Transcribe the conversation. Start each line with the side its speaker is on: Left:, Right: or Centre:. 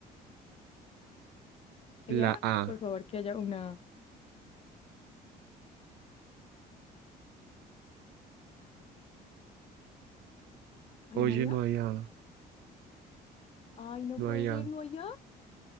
Right: La
Left: Allá,
Right: A.
Left: por favor, que haya una. Ay,
Right: Oye,
Left: no allá.
Right: no hay A.
Left: Ay, no
Right: No
Left: puede
Right: hay A.
Left: ser, no allá.